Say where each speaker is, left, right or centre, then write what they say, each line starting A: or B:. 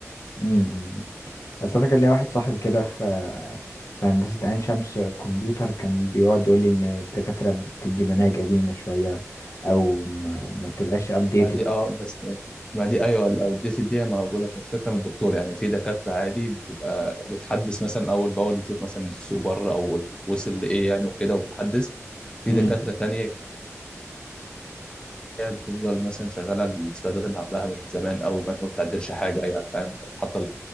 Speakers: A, on the left (about 70°); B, on the left (about 15°).
A: امم اصل انا كان ليا واحد صاحبي كده في في هندسه عين شمس كمبيوتر كان بيقعد يقول لي ان الدكاتره بتدي مناهج قديمه شويه او ما ما بتبقاش updated
B: ما دي اه بس ما دي ايوه الاوديت دي ما بقول لك الفكره من الدكتور يعني في دكاتره عادي بتبقى بتحدث مثلا اول باول بتشوف مثلا السوق بره او وصل لايه يعني وكده وبتحدث في
A: امم
B: دكاتره تانية بتفضل مثلا شغاله السلايدات اللي عندها من زمان او مثلا ما بتعدلش حاجه هي يعني فاهم حاطه